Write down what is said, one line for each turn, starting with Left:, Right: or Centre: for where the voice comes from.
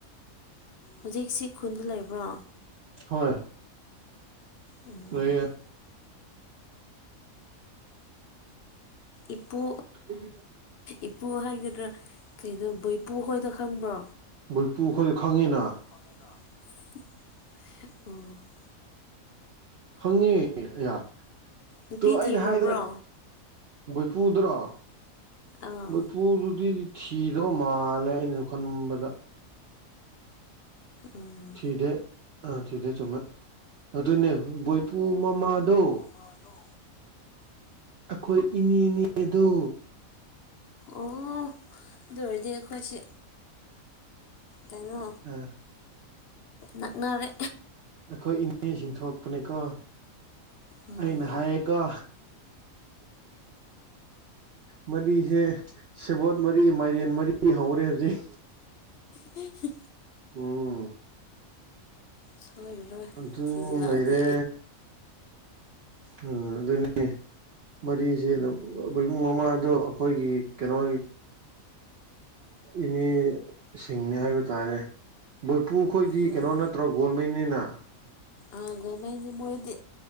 Left: ꯍꯧꯖꯤꯛꯁꯤ ꯈꯨꯟꯗ ꯂꯩꯕ꯭ꯔꯣ
Right: ꯍꯣꯏ
Left: ꯎꯝ
Right: ꯂꯩꯌꯦ
Left: ꯏꯄꯣ
Right: ꯑꯩꯒꯤ
Left: ꯏꯄꯨ ꯍꯥꯏꯒꯗ꯭ꯔꯥ ꯀꯩꯅꯣ ꯕꯣꯏꯄꯨ ꯈꯣꯏꯅ ꯈꯪꯕ꯭ꯔꯣ
Right: ꯚꯣꯏꯄꯨ ꯑꯩꯈꯣꯏ ꯈꯪꯉꯤꯅ
Left: ꯑꯣ
Right: ꯈꯪꯉꯦ ꯑꯍ
Left: ꯅꯨꯄꯤ
Right: ꯇꯣ ꯑꯩꯅ
Left: ꯊꯤꯈ꯭ꯔꯕ꯭ꯔꯣ
Right: ꯍꯥꯏꯗ꯭ꯔꯥ ꯚꯩꯄꯨꯗ꯭ꯔꯣ
Left: ꯑꯥ
Right: ꯕꯩꯄꯨꯗꯨꯗꯤꯗꯤ ꯊꯤꯗꯕ ꯃꯥꯜꯂ ꯈꯜꯂꯦ ꯑꯩꯅꯁꯨ ꯈꯟꯕꯗ
Left: ꯎꯝ
Right: ꯊꯤꯗꯦ ꯑꯥ ꯊꯤꯗꯦ ꯆꯨꯝꯃꯦ ꯑꯗꯨꯅꯦ ꯕꯣꯏꯄꯨ ꯃꯃꯥꯗꯣ
Left: ꯃꯥꯗꯣ
Right: ꯑꯩꯈꯣꯏ ꯏꯅꯦꯅꯦ ꯑꯗꯨ
Left: ꯑꯣ ꯑꯗꯨ ꯑꯣꯏꯔꯗꯤ ꯑꯩꯈꯣꯏꯁꯦ ꯀꯩꯅꯣ
Right: ꯑꯥ
Left: ꯅꯛꯅꯔꯦ
Right: ꯑꯩꯈꯣꯏ ꯏꯅꯦꯁꯤꯡ ꯊꯣꯛꯄꯅꯦꯀꯣ
Left: ꯎꯝ
Right: ꯑꯩꯅ ꯍꯥꯏꯌꯦꯀꯣ ꯃꯔꯤꯁꯦ ꯁꯦꯕꯣꯠ ꯃꯔꯤ ꯃꯥꯏꯔꯦꯟ ꯃꯔꯤ ꯍꯧꯔꯦ ꯍꯧꯖꯤꯛ
Left: ꯍꯤ
Right: ꯎꯝ
Left: ꯁꯣꯏꯔꯔꯣꯏ
Right: ꯑꯗꯨ
Left: ꯊꯤꯖꯤꯂꯛꯑꯗꯤ
Right: ꯂꯩꯔꯦ ꯎꯝ ꯑꯗꯨꯅꯤ ꯃꯔꯤꯁꯦ ꯑꯗꯨꯝꯨꯡ ꯃꯃꯥꯗꯣ ꯑꯩꯈꯣꯏꯒꯤ ꯀꯩꯅꯣ ꯏꯅꯦ ꯁꯤꯡꯅꯤ ꯍꯥꯏꯕ ꯇꯥꯔꯦ ꯕꯣꯏꯄꯨ ꯑꯩꯈꯣꯏꯗꯤ
Left: ꯎꯝ
Right: ꯀꯩꯅꯣ ꯅꯠꯇ꯭ꯔꯣ ꯒꯣꯜꯃꯩꯅꯤꯅ
Left: ꯑꯥꯒ ꯃ ꯃꯣꯏꯗꯤ